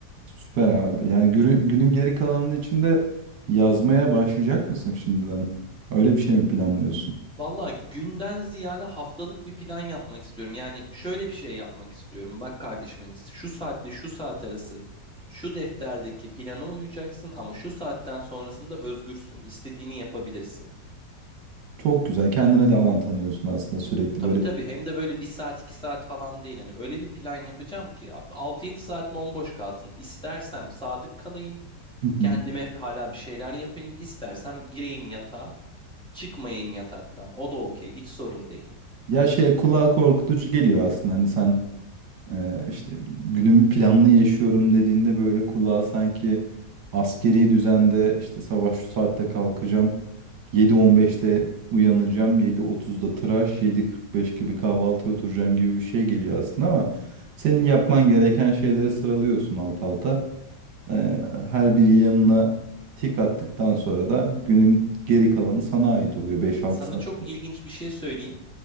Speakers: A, on the right; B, in the centre.
A: Süper abi. Yani günün, günün geri kalanının içinde yazmaya başlayacak mısın şimdiden? Öyle bir şey mi planlıyorsun?
B: Valla günden ziyade haftalık bir plan yapmak istiyorum. Yani şöyle bir şey yapmak istiyorum. Bak kardeşim Enes, şu saatle şu saat arası şu defterdeki plana uyacaksın ama şu saatten sonrasında özgürsün. İstediğini yapabilirsin.
A: Çok güzel. Kendine de alan tanıyorsun aslında sürekli
B: Tabii
A: böyle.
B: tabii hem de böyle bir saat iki saat falan değil. Hani öyle bir plan yapacağım ki abi 6-7 saat bomboş kalsın. İstersem sadık kalayım.
A: Hı
B: Kendime
A: hı.
B: hala bir şeyler yapayım. İstersem gireyim yatağa. Çıkmayayım yataktan. O da okey. Hiç sorun değil.
A: Ya şey kulağa korkutucu geliyor aslında. Hani sen Ee, işte günümü planlı yaşıyorum dediğinde böyle kulağa sanki askeri düzende işte sabah şu saatte kalkacağım. 7.15'te uyanacağım. 7.30'da tıraş, 7.45 gibi kahvaltıya oturacağım gibi bir şey geliyor aslında ama senin yapman gereken şeyleri sıralıyorsun alt alta. Ee, her biri yanına tik attıktan sonra da günün geri kalanı sana ait oluyor 5-6
B: Sana
A: saat.
B: çok ilginç bir şey söyleyeyim.